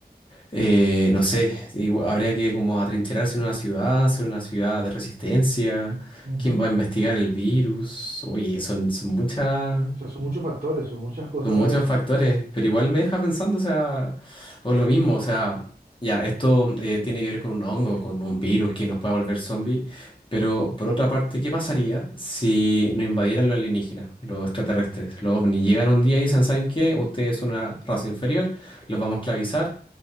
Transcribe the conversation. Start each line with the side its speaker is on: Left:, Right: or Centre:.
Left: Eh, no sé, igu- habría que como atrincherarse en una ciudad, hacer una ciudad de resistencia,
Right: ujú.
Left: quién va a investigar el virus, oye, son, son muchas,
Right: O sea, son muchos factores, son muchas cosas.
Left: son muchos factores, pero igual me deja pensando, o sea, o lo mismo, o sea, ya, esto eh, tiene que ver con un hongo, con un virus que nos puede volver zombie, pero por otra parte, ¿qué pasaría si nos invadieran los alienígenas, los extraterrestres, los ovnis? Llegan un día y dicen, ¿saben qué? Ustedes son una raza inferior, los vamos a esclavizar